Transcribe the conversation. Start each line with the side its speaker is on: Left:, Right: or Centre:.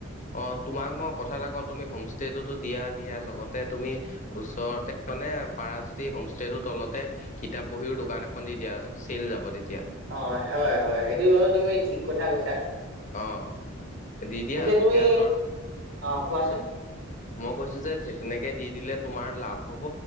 Left: অ', তোমাক মই কথা এটা কওঁ তুমি হোমষ্টেটো দিয়া দিয়া লগতে তুমি ওচৰতে মানে পাৰা যদি হোমষ্টেটোৰ তলতে কিতাপ বহীৰও দোকান এখন দি দিয়া, চেল যাব তেতিয়া।
Right: অ', হয় হয় সেইটো বৰু তুমি কথা কৈছা।
Left: অ', দি দিয়া,
Right: পিছে তুমি
Left: তেতিয়া ধৰ-
Right: অ' কোৱাচোন?
Left: মই কৈছোঁ যে তেনেকে দি দিলে তোমাৰ লাভ হ'ব।